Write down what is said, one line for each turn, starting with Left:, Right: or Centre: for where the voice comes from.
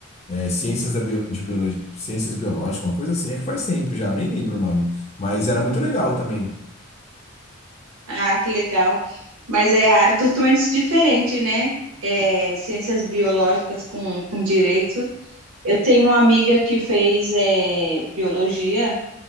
Left: é, ciências da bio, de biologia, ciências biológicas, uma coisa assim, é que faz tempo já, nem lembro o nome, mas era muito legal também.
Right: Ah, que legal. Mas é área totalmente diferente, né? É, ciências biológicas com, com direito. Eu tenho uma amiga que fez é, biologia,